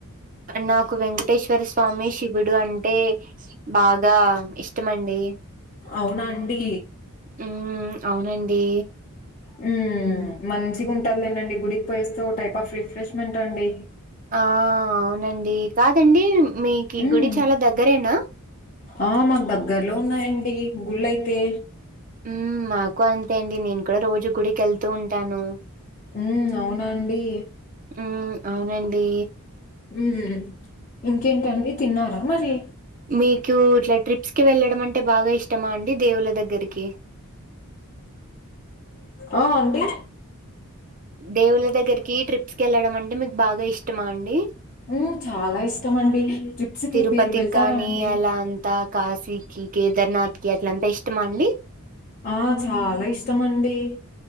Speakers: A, on the right (about 40°); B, on the left (about 35°).
A: నాకు వెంకటేశ్వర స్వామి శివుడు అంటే బాగా ఇష్టమండి
B: అవునా అండి
A: హ్మ్ అవునండి
B: హ్మ్ మంచిగా ఉంటాంలేండండి గుడికి పోయేస్తే ఓ టైప్ ఆఫ్ రిఫ్రెష్మెంట్ అండి
A: ఆ అవునండి కాదండి మీకు
B: హ్మ్
A: గుడి చాలా దగ్గరేనా
B: ఆ మాకు దగ్గరలో ఉన్నాయండి గుళ్ళయితే
A: హ్మ్ మాకు అంతే అండి నేను కూడా రోజు గుడికి వెళ్తూ ఉంటాను
B: హ్మ్ అవునాండి
A: హ్మ్. అవునండి
B: హ్మ్ ఇంకేంటండి తిన్నారా మరి
A: మీకు ఇట్లా ట్రప్స్కి వెళ్ళడం అంటే బాగా ఇష్టమా అండి దేవుల్ల దగ్గరికి
B: ఆ ఆంటి
A: దేవుల దగ్గరికి ట్రిప్స్ కి వెళ్ళడం అంటే మీకు బాగా ఇష్టమా అండి
B: హ్మ్ చాలా ఇష్టమండి ట్రిప్స్ కి
A: తిరుపతికి
B: మీరు వెళ్తారా
A: కానీ,
B: అండి
A: అలా అంతా కాశీకి కేదార్నాథ్ కి అట్లంతా ఇష్టమా అండి
B: ఆ చాలా ఇష్టమండి